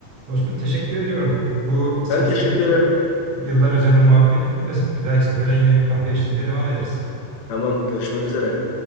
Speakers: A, on the right; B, on the left.
A: Dostum teşekkür ediyorum. Bu 80'li
B: Ben teşekkür ederim.
A: yıllar üzerine muhabbet bitmez. Bir dahaki sefere yine bir kahve eşliğinde devam ederiz.
B: Tamam. Görüşmek üzere.